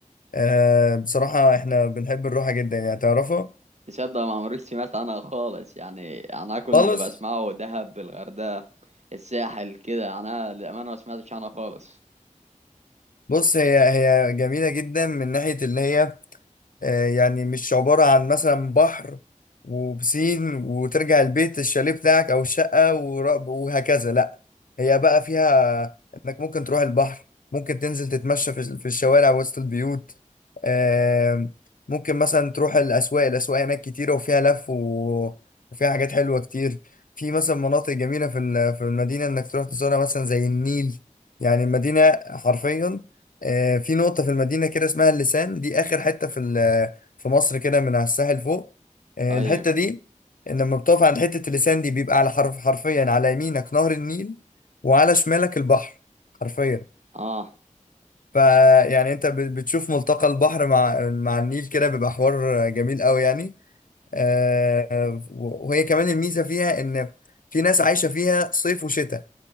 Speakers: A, on the left (about 85°); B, on the right (about 55°).
A: آه، بصراحه احنا بنحب نروحها جدا يعني تعرفها
B: تصدق ما عمريش سمعت عنها خالص يعني انا كل
A: خالص
B: اللي بسمعه دهب الغردقة الساحل كده يعني انا للامانة ما سمعتش عنها خالص
A: بص هي هي جميله جدا من ناحيه اللي هي آه، يعني مش عبارة عن مثلا بحر وبسين وترجع البيت الشاليه بتاعك أو الشقة ورب- وهكذا لأ هي بقى فيها إنك ممكن تروح البحر ممكن تنزل تتمشى في في الشوارع وسط البيوت آم، ممكن مثلا تروح الأسواق الأسواق هناك كتيرة وفيها لف و- وفيها حاجات حلوة كتير في مثلا مناطق جميلة في ال- في المدينة إنك تروح تزورها مثلا زي النيل يعني المدينة حرفيا آه، في نقطة في المدينة كده اسمها اللسان دي آخر حتة في ال- في مصر كده من على الساحل فوق آه،
B: ايوه
A: الحتة دي لما بتقف عند حتة اللسان دي بيبقى على حرف حرفيا على يمينك نهر النيل وعلى شمالك البحر حرفيا
B: اه
A: فيعني انت بت- بتشوف ملتقى البحر مع مع النيل كده بيبقى حوار جميل قوي يعني آه، وهي كمان الميزة فيها ان في ناس عايشة فيها صيف وشتاء